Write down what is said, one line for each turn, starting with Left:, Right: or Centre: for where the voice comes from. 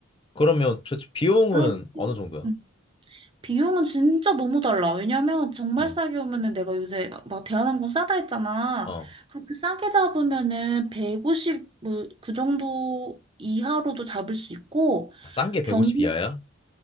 Left: 그러면 도대체 비용은
Right: 생각해보지.
Left: 어느 정도야?
Right: 응. 비용은 진짜 너무 달라. 왜냐면 정말
Left: 음.
Right: 싸게 오면은 내가 요새 막 대한항공 싸다 했잖아.
Left: 어.
Right: 그렇게 싸게 잡으면은 150, 뭐, 그 정도 이하로도 잡을 수 있고,
Left: 아, 싼게
Right: 경유
Left: 150 이하야?